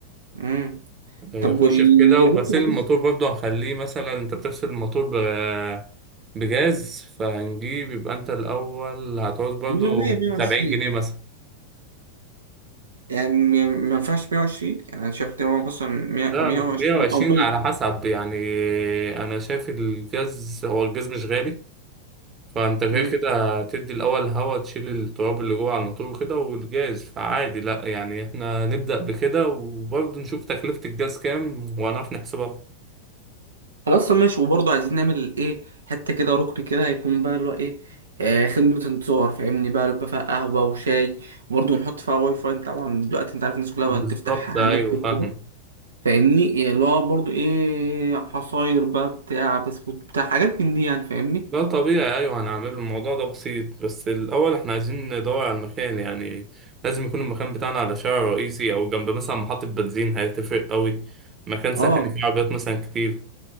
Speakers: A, on the right; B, on the right.
A: امم
B: يخش
A: طب واللي
B: في كده وغسيل
A: ممكن
B: الموتور
A: يخش
B: برضه هنخليه مثلا انت بتغسل الموتور ب- بجاز فهنجيب يبقى انت الأول هتعوز برضه
A: منه 100 120
B: سبعين جنيه مثلا
A: يعني ما ما ينفعش 120 يعني انا شايف ان هو مثلا 100
B: ده
A: 120
B: مية وعشرين
A: او
B: على حسب يعني أنا شايف الجاز هو الجاز مش غالي فأنت كده
A: 100
B: كده تدي الأول هوا تشيل التراب اللي جوه على الموتور وكده والجاز فعادي لأ يعني احنا نبدأ بكده وبرضه نشوف تكلفة الجاز كام وهنعرف نحسبها
A: خلاص طب ماشي وبرضه عايزين نعمل ايه حتة كده ركن كده يكون بقى اللي هو ايه آه خدمة انتظار فاهمني بقى يبقى فيها قهوة وشاي وبرضه نحط فيها واي فاي انت طبعا دلوقتي انت عارف الناس كلها
B: بالظبط
A: بقت تفتح
B: أيوه
A: نت وكده
B: فاهم
A: فاهمني يعني اللي هو برضه ايه عصاير بقى بتاع بسكوت بتاع حاجات من دي يعني فاهمني
B: ده طبيعي أيوه هنعمله الموضوع ده بسيط بس الأول إحنا عايزين ندور على المكان يعني لازم يكون المكان بتاعنا على شارع رئيسي أو جنب مثلا محطة بنزين هيتفرق أوي مكان سكني
A: اه
B: فيه عربيات مثلا كتير